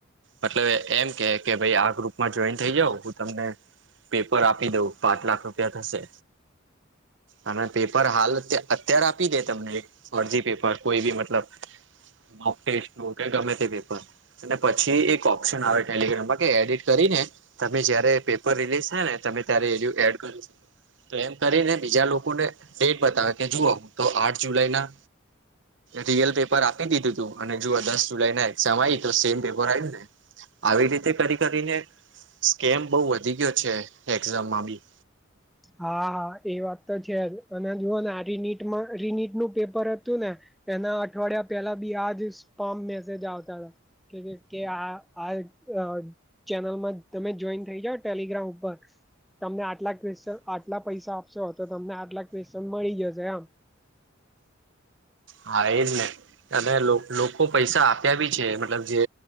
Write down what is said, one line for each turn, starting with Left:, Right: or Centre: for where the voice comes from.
Right: મતલબ એમ કે કે ભાઈ આ ગ્રુપમાં જોઈન થઇ જાઉ હું તમને પેપર આપી દઉું પાંચ લાખ રૂપિયા થશે અને પેપર હાલ અત્યારે આપી દે તમને એક ફરજી પેપર કોઈ બી મતલબ ક ટેસ્ટ ન કે ગમે તે પેપર અને પછી એક ઓપ્શન આવે ટેલિગ્રામમાં એડિટ કરીને તમે જયારે પેપર રિલીઝ થાય ને તમે ત્યારે એડિયો એડ કરી તો એમ કરીને બીજા લોકોને ડેટ બતાવે કે જુઓ હું તો આઠ જુલાઈ ના રિયલ પેપર આપી દીધું તું અને જો દસ જુલાઈ ના એક્ઝામ આવી તો સેમ પેપર આવ ને આવી રીતે કરી કરીને સ્કેમ બહુ વધી ગયો છે, એક્ઝામમાં બી
Centre: હા હા એ વાત તો છે, અને જુઓ ને આરિનીટમાં રિનીટ નું પેપર હતું ને એના અઠવાડિયા પેલા બી આજ સપામ મેસેજ આવતા હતા કે કે કે આ આ અ ચેનલમાં તમે જોઈન થઈ જાઓ ટેલિગ્રામ ઉપર તમને આટલા ક્વેશન આટલા પૈસા આપશો તો તમને આટલા ક્વેશ્ન મળી જશે એમ
Right: હા એજ ને અને લો લોકો પૈસા આપ્યા બી છે, તલબ જે